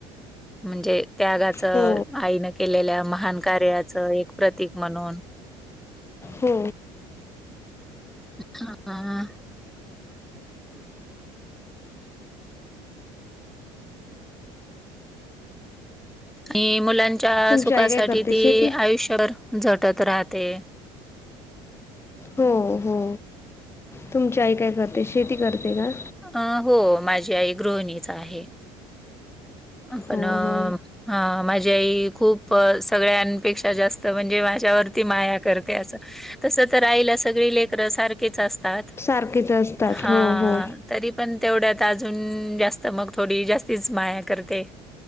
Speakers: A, in the centre; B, on the left.
A: म्हणजे त्यागाच आईनं
B: हो
A: केलेल्या महान कार्याचं एक प्रतीक म्हणून.
B: हो.
A: हा आ. हे मुलांच्या
B: तुमची
A: सुखासाठी
B: आई काय करते
A: ती
B: शेती
A: आयुष्यभर झटत राहते.
B: हो हो, तुमची आई काय करते शेती करते का?
A: आ हो माझी आई गृहिणीच आहे. आपण
B: हो हो
A: हा माझी आई खूप सगळ्यांपेक्षा जास्त म्हणजे माझ्यावरती माया करते असं तस तर आईला सगळी लेकरं सारखीच असतात,
B: सारखेच असतात
A: हा.
B: हो हो
A: तरी पण तेवढ्यात अजून जास्त मग थोडी जास्तीच माया करते.